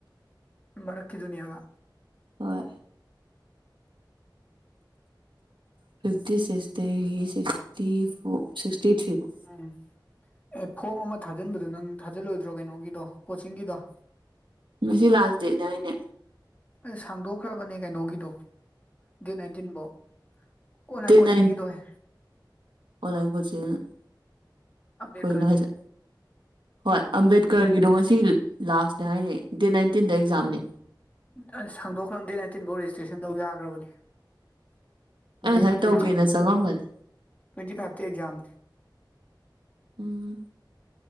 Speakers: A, on the left (about 20°); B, on the right (about 80°).
A: ꯃꯔꯛꯀꯤꯗꯨꯅꯌꯥꯕ
B: uh fifty sixty sixty four sixty three four
A: um ꯑꯦ ꯐꯣꯝ ꯑꯃ ꯊꯥꯖꯤꯟꯕꯗꯣ ꯅꯪ ꯊꯥꯖꯤꯜꯂꯣꯏꯗ꯭ꯔꯣ ꯀꯩꯅꯣꯒꯤꯗꯣ ꯀꯣꯆꯤꯡꯒꯤꯗꯣ
B: ꯉꯁꯤ ꯂꯥꯁ ꯗꯦꯠꯅꯦ ꯍꯥꯏꯅꯦ
A: ꯑꯦ ꯁꯥꯡꯗꯣꯛꯈ꯭ꯔꯕꯅꯦ ꯀꯩꯅꯣꯒꯤꯗꯣ ꯗꯦꯠ ꯅꯥꯏꯟꯇꯤꯟꯐꯧ ꯑꯣꯟꯂꯥꯏꯟ
B: ꯗꯦꯠ
A: ꯀꯣꯆꯤꯡꯒꯤꯗꯨ
B: ꯅꯥꯏꯟ
A: ꯍ
B: <unintelligible>
A: ꯑꯝꯕꯦꯗꯀꯔꯒꯤ
B: ꯀꯣꯏꯅꯣ ꯍꯥꯏꯖꯦ ꯍꯣꯏ ꯑꯝꯕꯦꯗꯀꯔꯒꯤꯗꯣ ꯉꯁꯤ ꯂꯥꯁꯅꯦ ꯍꯥꯏꯅꯦ ꯗꯦꯠ ꯅꯥꯏꯟꯇꯤꯟꯗ ꯑꯦꯛꯖꯥꯝꯅꯦ
A: ꯎ ꯁꯥꯡꯗꯣꯛꯈ꯭ꯔꯕ ꯗꯦꯠ ꯅꯥꯏꯟꯇꯤꯟ ꯐꯥꯎ ꯔꯦꯖꯤꯁꯇ꯭ꯔꯦꯁꯟ ꯇꯧ ꯌꯥꯈ꯭ꯔꯕꯅꯦ
B: ꯑꯩ
A: ꯗꯦꯠ
B: ꯉꯁꯥꯏ
A: ꯇ꯭ꯋꯦꯟ
B: ꯇꯧꯒꯦꯅ ꯆꯪꯉꯝꯕꯅꯦ
A: ꯇ꯭ꯋꯦꯟꯇꯤ ꯐꯥꯏꯚ ꯑꯦꯛꯖꯝ
B: ꯎꯝ